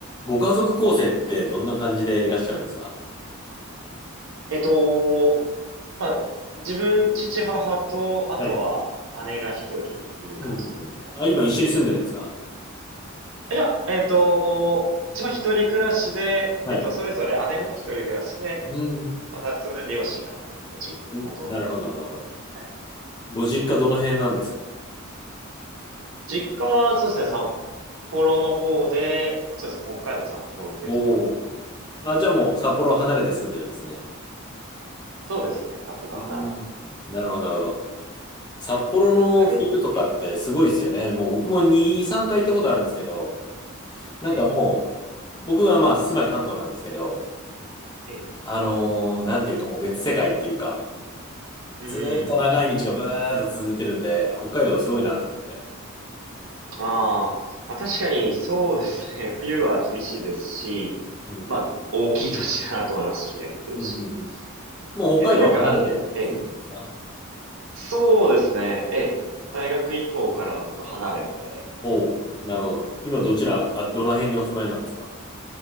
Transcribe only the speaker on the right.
えっと、まあ、自分、父、母と、あとは姉が一人いる感じですね。
いや、えっと、自分は一人暮らしで、
えっと、それぞれ姉も一人暮らしで、
また、それで両親がまた別の実元の方にいる
ので。
実家は、そうですね、札幌の方で、そうですね、北海道の札幌っていうところにあります。
そうですね、札幌が離れて。
逆に、ええ、
ええ、
ええ、
うん。
ああ、まあ確かにそうですね。<laughs> 冬は厳しいですし、
まあ大きい土地だなと思いますし、開けてるし。
逆になんか、ええ、そうですね。ええ、大学以降からはずっと離れて住んでますね。